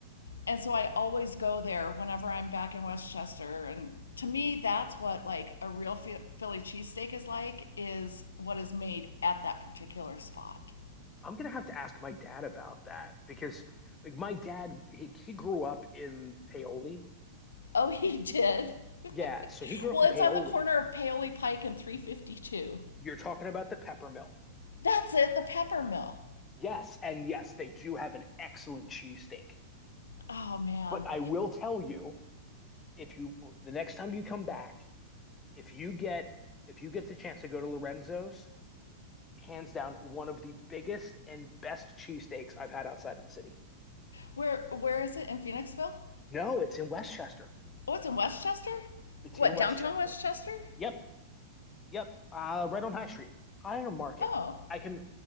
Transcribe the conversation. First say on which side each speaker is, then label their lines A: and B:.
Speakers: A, on the left; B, on the left.
A: And so I always go there whenever I'm back in Westchester. And to me, that's what like a real Philly cheesesteak is like is what is made at that particular spot.
B: I'm gonna have to ask my dad about that because like my dad he, he grew up in Paoli.
A: Oh, he did. <laughs>
B: Yeah, so he grew up
A: well,
B: in Paoli.
A: it's on the corner of Paoli Pike and 352.
B: You're talking about the Pepper Mill.
A: That's it, the Pepper Mill.
B: Yes, and yes, they do have an excellent cheesesteak.
A: Oh man,
B: But I will tell you, if you the next time you come back, if you get if you get the chance to go to Lorenzo's, hands down one of the biggest and best cheesesteaks I've had outside of the city.
A: where where is it in Phoenixville?
B: No, it's in Westchester.
A: Oh, it's in Westchester.
B: It's
A: What
B: in Westchester.
A: downtown Westchester?
B: Yep, yep. Uh, right on High Street, Higher Market.
A: Oh,
B: I can.